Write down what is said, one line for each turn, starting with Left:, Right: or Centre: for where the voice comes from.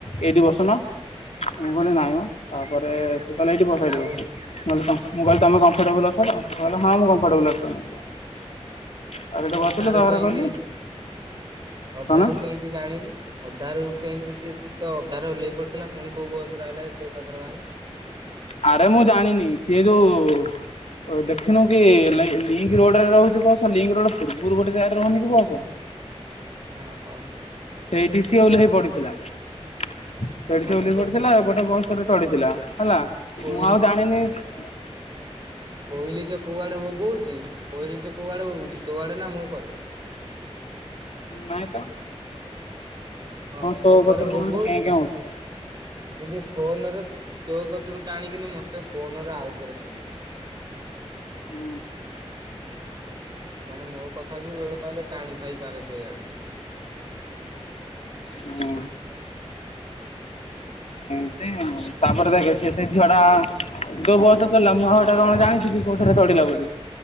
Left: ଏଇଠି ବସୁନ? ମୁଁ କହିଲି ନାହିଁ ମ ତା ପରେ କହିଲା ଏଇଠି ବସ ଏଇଠି
Right: ଆଉ
Left: ବସ ମୁଁ ମୁଁ କହିଲି ତମେ କମ୍ଫଟେବଲ ଅଛ ତ? ସେ କହିଲେ ହଁ ମୁଁ କମ୍ଫଟେବଲ ଅଛି । <inaudible>
Right: ଅଧାରୁ
Left: ତାପରେ
Right: କେ ଏମିତି
Left: କହିଲି
Right: ଅଧାରୁ
Left: କଣ
Right: କେ ଏମିତି ଜାଣିଲୁ। ଅଧାରୁ କେମିତି ସିଏ ତ ଅଧାରେ ଓହ୍ଲେଇ ପଡିଥିଲା ପୁଣି କୋଉ ବସ୍ ରେ ଆଇଲା ଯେ ତୋ ପାଖରେ ବାହାରିଲା?
Left: ଆରେ ମୁଁ ଜାଣିନି ସିଏ ଯୋଉ-ଉ-ଉ ଅ ଦେଖିନୁ କି-ଇ-ଇ, ଲି ଲିଙ୍କ ରୋଡରେ ରହୁଛି ବସ୍, ଲିଙ୍କ ରୋଡ ପୂର୍ବରୁ ଗୋଟେ ଜାଗାରେ ରହୁନି କି ବସ୍?
Right: <inaudible> ହଁ କହୁନୁ।
Left: ସେଇଠି ସିଏ ଓହ୍ଲେଇ ପଡିଥିଲା। ସେଇଠି
Right: ମାନେ
Left: ସିଏ ଉହ୍ଲେଇ
Right: ଦେଖ
Left: ପଡ଼ିଥିଲା ଗୋଟେ ବସ୍ ରେ ଚଢିଥିଲା ହେଲା
Right: କୋଇଲି
Left: ମୁଁ ଆଉ ଜାଣିନି ସେ
Right: କୋଇଲି ଟେ କୁଆଡ଼େ ବୋବଉଛି କୋଇଲି ଟେ କୁଆଡ଼େ ବୋବଉଛି ତୋ ଆଡେ ନା ମୋ ଉପରେ।
Left: ନାଇଁ ତ।
Right: ହଁ ମୋ
Left: ତୋ
Right: କରେ
Left: କତିରେ
Right: ବୋବଉଛି
Left: କଣ ଗୋଟେ କେଁ କେଁ
Right: କିନ୍ତୁ
Left: ହଉଛି।
Right: ଫୋନରେ ତୋ କତିରୁ ଟାଣିକିନି ମତେ ଫୋନରେ ଆଉ ଥରେ ଶୁଭୁଛି ।
Left: ହୁଁ।
Right: ମାନେ ମୋ କଥା ବି ବେଳୁ ପାଇଲେ ଟାଣୁଥ ଥାଇପାରେ ସେଇଆଡେ ।
Left: ହୁଁ ଏମତି ଆଉ ତାପରେ ଦେଖ ସେ ସେଇ ଝିଅ ଟା ତୋ ବୟସ ଲା ମୁଁ ହଉଟା କଣ ଜାଣିଛି କି କୋଉଥିରେ ଚଢିଲା ବୋଲି?